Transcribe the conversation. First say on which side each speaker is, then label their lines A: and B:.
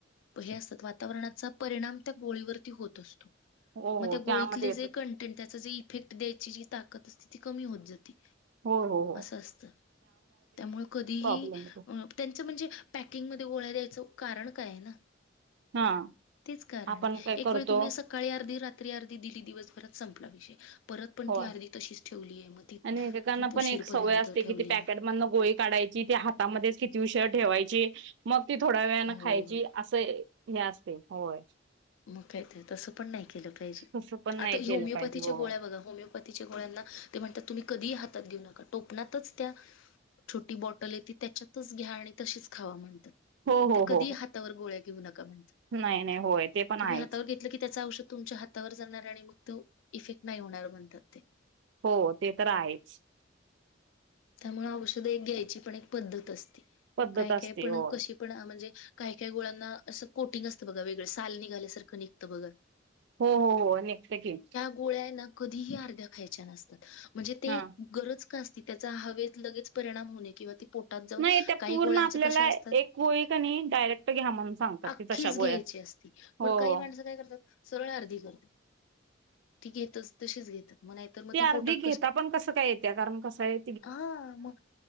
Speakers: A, on the left; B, on the right.
A: हे असतात वातावरणाचा परिणाम त्या गोळीवरती होत असतो.
B: हो
A: मग
B: हो
A: त्या गोळीतले
B: त्यामध्ये येत
A: जे कं''--'' त्या जे इफेक्ट द्यायची जी ताकत असते ती कमी होत जाते.
B: हो हो हो
A: असं असत त्यामुळे कधीही
B: प्रॉब्लेम येतो
A: अ. त्यांचं म्हणजे पॅकिंगमध्ये गोळ्या द्यायचं कारण काय आहे ना.
B: हा
A: तेच कारण
B: आपण
A: आहे
B: काय
A: एक
B: करतो
A: वेळ तुम्ही असं. कळी अर्धी रात्री अर्धी दिली दिवसभरात संपला विषय परत पण
B: हो
A: ती अर्धी तशीच. ठेवली आहे मग ती
B: आणि एक एकांना
A: खूप
B: पण
A: उशीरपर्यंत
B: एक सवय असते
A: ठेवली
B: कि पॅकेट.
A: आहे.
B: मदन गोळी काढायची ते हातामध्येच किती उषर ठेवायची मग ती थोड्या वेळा
A: हो
B: खायची
A: हो
B: असं. असय हे असते, होय.
A: मग काय तें, तसं पण नाही केलं पाहिजे,
B: तसं पण नाही
A: आता
B: केलं
A: होमिओपॅथीच्या
B: पाहिजे हो.
A: गोळ्या बघ त होमिओपथीच्या गोळ्यांना तें म्हणतात, तुम्ही कधीही हातात घेऊ नका, टोपनातंच त्या छोटी बॉटल येती, त्याच्यातच घ्या आणि तशीच खावा म्हणतात,
B: हो हो
A: तें कधीही
B: हो हो
A: हात तवर गोळ्या घेऊ नका, म्हणत
B: नाही नाही, होय. ते पण
A: तुम्ही
B: आहेच
A: हातावर घेतलं की, त्याचं औषध तुमच्या हातावर जाणार आणि मग तो, इफेक्ट नाही होणार म्हणतात ते.
B: हो, ते तर आहेच.
A: त्यामुळं औषध एक घ्यायची पण एक पद्धत असती,
B: पद्धत
A: काय-काय
B: असते
A: पण
B: हो
A: कशी पण अ म्हणजे काही काय गोळ्यांना असं कोटिंग असतं बघा वेगळं, साल निघाल्यासारखं निघतं बघा
B: हो. हो. हो नेक्स्ट घे.
A: गळ्याना कधीही अर्ध्या खायच्या नसतात, म्हणजे ते
B: हा
A: गरज का असती त्याचा हवेत लगेच परिणाम होणे किंवा ते पोटात जाऊन,
B: नाही त्या
A: काही
B: पूर्ण
A: गोळ्यांच
B: आपल्याला
A: कश असतात,
B: एक गोळी कणी डायरेक्ट घ्या म्हणून सांगतात
A: अक्खीच
B: ती तशा गोळ्या
A: घ्यायची
B: असतात.
A: अस ती,
B: हो
A: पण काही
B: हो
A: माणसं काय करतात, सरळ अर्धी करतात, ती घेतच, तशीच घेतात. मग नाहीतर मग
B: ते
A: ती
B: अर्धी
A: पोटात
B: घेता पण कसं काय येत्या, कारण कसं य?
A: आहणं मं